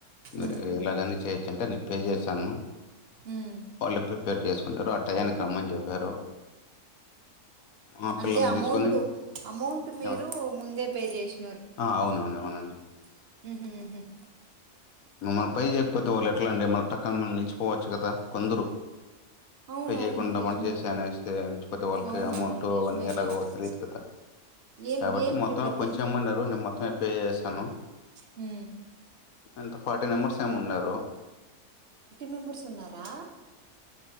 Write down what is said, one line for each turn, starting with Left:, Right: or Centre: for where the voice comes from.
Right: హ్మ్.
Left: మీరు ఎలాగని. చేయొచ్చుంటే న నిప్పే చేశాను..
Right: హ్మ్.
Left: వాళ్ళు ప్రిపేర్ చేసుకున్నారు ఆ టయానికి రమ్మని చెప్పారు. ఆ పిల్లల్ని
Right: అంటే అమౌంట్
Left: తీసుకుని
Right: అమౌంట్ మీరు
Left: ఏమండి?
Right: ముందే పే చేసి
Left: ఆ అవునవును అవునండి.
Right: <unintelligible>
Left: మమల్ని పై చేయకపోతే వాళ్ళు ఎట్లా అండి మన టక్కన మనని నిలిచిపోవచ్చు కదా కొందరు
Right: అవునవును.
Left: పే చేయకుండాపాట్
Right: నిజమే.
Left: చేసే అని వస్తే నిచ్చిపోతే వాళ్ళకి
Right: అవునవును.
Left: అమౌంట్
Right: నిజమేలెండి.
Left: వన్ ఇయర్ లాగా తెలియదు కదా
Right: ఏం
Left: కాబట్టి
Right: ఏం
Left: మొత్తంలో
Right: ప్రిపేర్
Left: కొంచెం ఇమ్మన్నారు నేను మొత్తం పే చేశాను.
Right: హు
Left: ఎంత ఫార్టీ మెంబర్స్ ఏమో ఉన్నారు.
Right: అని మెంబెర్స్ ఉన్నారా.